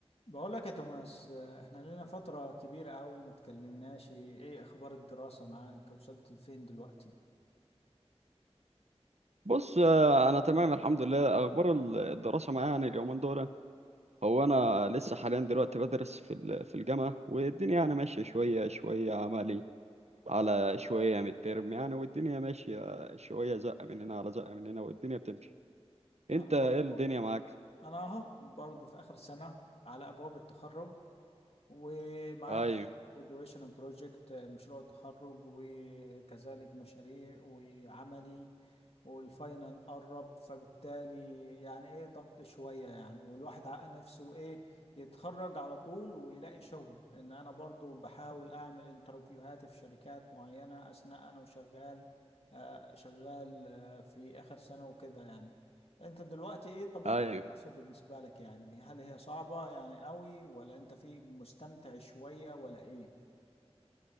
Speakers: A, on the left (about 65°); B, on the right (about 75°).
A: بقول لك يا توماس آه، احنا لنا فترة كبيرة قوي ما اتكلمناش ايه اخبار الدراسة معاك وصلت لفين دلوقتي
B: بص آه، انا تمام الحمد لله اخبار ال- الدراسه معايا يعني اليومين دول هو انا لسه حاليا دلوقتي بدرس في ال- في الجامعه والدنيا يعني ماشيه شويه شويه عملي على شويه من الترم يعني والدنيا ماشيه شويه زقه من هنا على زقه من هنا والدنيا بتمشي انت
A: انا برضو
B: ايه الدنيا معاك
A: انا اهو برضو في اخر سنة على ابواب التخرج ومعايا
B: ايوه
A: graduation project آه، مشروع التخرج وكذلك مشاريع وعملي والفاينل قرب فبالتالي يعني ايه ضغط شوية يعني والواحد عقل نفسه ايه يتخرج على طول ويلاقي شغل ان انا برضو بحاول اعمل انترفيوهات في شركات معينة اثناء انا وشغال آه، شغال آه، في اخر سنة وكده يعني انت دلوقتي ايه طبيعة
B: ايوه
A: حسب بالنسبة لك يعني هل هي صعبة يعني قوي ولا انت في مستمتع شوية ولا ايه